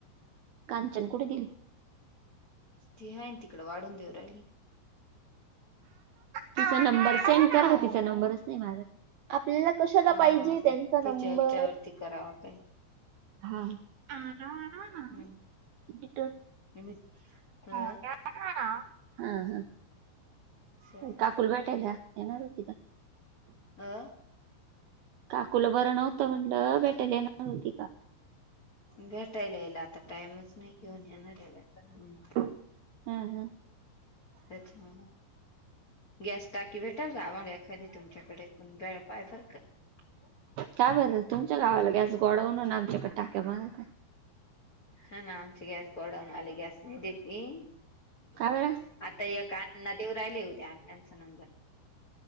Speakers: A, on the right; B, on the left.
A: कामचन कुठे गेली <unintelligible>
B: ती आहे ना तिकड वाढून देऊ राहिली
A: तिचा नंबर सेंड करा तिचा नंबरच नाही माझ्या आपल्याला कशाला
B: हा
A: पाहिजे
B: आता
A: त्यांचा
B: तिच्या
A: नंबर
B: याच्यावरती करावा काही
A: हा आन आन नाट
B: हम्म मी अ
A: हा ह
B: चल
A: काकुल भेटायला येणार होती का
B: आह
A: काकूला बरं नव्हतं म्हणलं भेटायलीणार होती का
B: भेटायला यायला आता टाइमच नाही घेऊन येणार याला पण
A: हम् हम <unintelligible> <inaudible>
B: अच्छा गॅस टा <unintelligible> <inaudible> की भेटाल का आम्हाला एखादी तुमच्याकडे बेळ पाय फरक <unintelligible>
A: काय बर तुमच्या गावाला गॅस गोडवून ना आमच्याकडे टाक्या मारत <inaudible> <unintelligible>
B: हा ना आमचे गॅस गोडवूनवाले गॅस नाही देेत
A: का बरं?
B: आता एक का अण्णा देऊ राहिले उद्या अ्णांचा नंबर